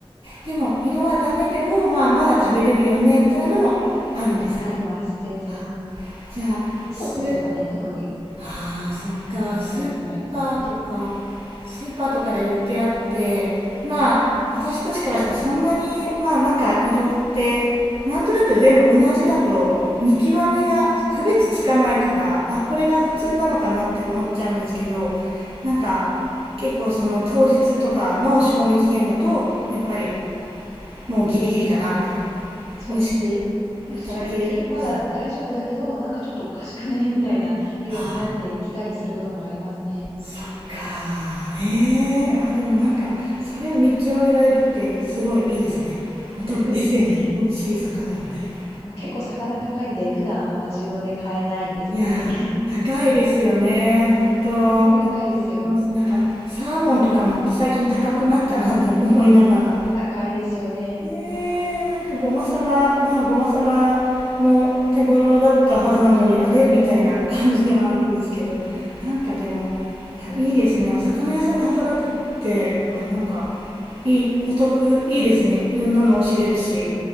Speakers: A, on the right; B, on the left.
A: でも色はダメでも、まあ、まだ食べれるよねみたいなのもあるんですか
B: あります。全然。
A: あじゃあす
B: 熱を通せばね、特に
A: ああ、そっか。
B: 問題はないですよね。
A: スーパーとか、スーパーとかで売ってあって、まあ、私たちからしたらそんなに、まあなんか色って、なんとなく全部同じだと、見極めが区別つかないから、
B: うんうんうん。
A: あ、これが普通なのかなって思っちゃうんですけど、
B: うんうんう
A: なんか、結構その当日とかの賞味期限だと、やっぱりもうギリギリかな、みたいな。
B: ん。そうですね。
A: 美味しく
B: まあ、賞味期限まだ大丈夫だけど、
A: いただける。はい。
B: なんかちょっとおかしくないみたいな色になってきたりすることもありますね。
A: はあそっかええー、あーでもなんかそれ見極められるってすごいいいですねお得ですよね美味しい魚みたいな
B: <laughs> でも結構魚高いんで、普段あんま自分で買えないんですよね。
A: いやいやー高いですよね本当わかりますなんかサーモンとかも最近高くなったなと思いながら
B: <laughs> ほんと高いですよ。高いですよね。
A: ねえ、なんかごまさば、まあごまさばも手頃だったはずなのに、あれみたいな感じではあるんですけど、
B: うんうんうん。
A: なんかでも、いや、いいですね。お魚屋さんで働くって、あ、なんか、いい、お得、いいですね。いろんなのを知れるし、